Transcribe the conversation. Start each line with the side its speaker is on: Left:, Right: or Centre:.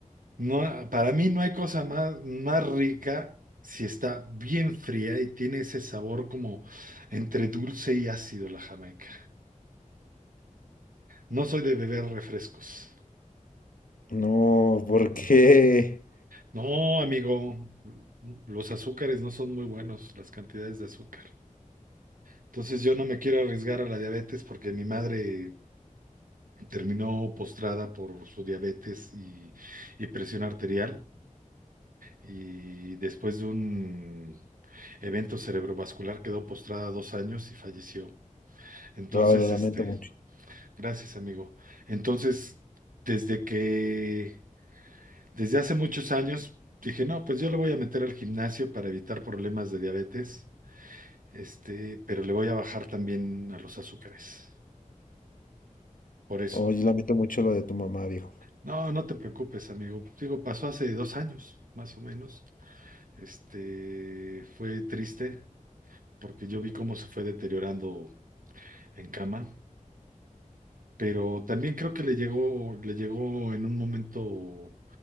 Right: No, para mí no hay cosa más, más rica si está bien fría y tiene ese sabor como entre dulce y ácido la Jamaica. No soy de beber refrescos.
Left: No, ¿por qué?
Right: No, amigo, los azúcares no son muy buenos, las cantidades de azúcar. Entonces yo no me quiero arriesgar a la diabetes porque mi madre terminó postrada por su diabetes y, y presión arterial. Y después de un evento cerebrovascular, quedó postrada dos años y falleció.
Left: <laughs>
Right: Entonces,
Left: Lo, lo lamento
Right: este,
Left: mucho.
Right: gracias, amigo. Entonces, desde que, desde hace muchos años, dije, no, pues yo le voy a meter al gimnasio para evitar problemas de diabetes, este, pero le voy a bajar también a los azúcares. Por eso.
Left: Oye, lamento mucho lo de tu mamá, viejo.
Right: No, no te preocupes, amigo. Digo, pasó hace dos años, más o menos. Este, fue triste porque yo vi cómo se fue deteriorando en cama. pero también creo que le llegó, le llegó en un momento